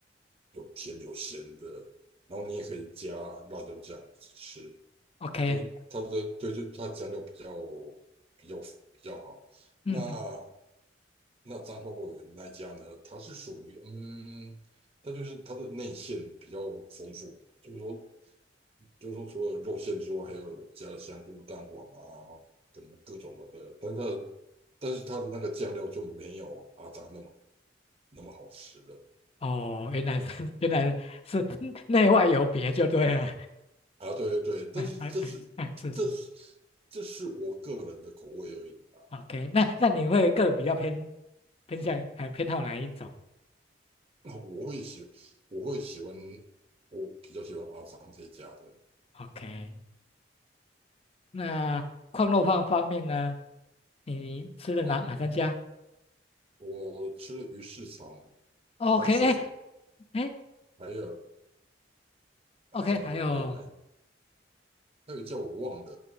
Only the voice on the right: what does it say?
有甜有咸的，然后你也可以加辣椒酱吃，
就是它的对，就它酱料比较比较比较好。
那那彰花果园那一家呢，它是属于嗯，它就是它的内馅比较丰富，就是说就是说除了肉馅之外，还有加了香菇、蛋黄啊等各种的，但是它的但是它的那个酱料就没有阿张那么那么好吃的。
啊，对对对，
但是这是
这是这是我个人的口味而已啊。
那我会喜我会喜欢我比较喜欢阿桑这一家的。
嗯，我吃了鱼市场、
阿全，
还有呃还有南，
还有叫我忘的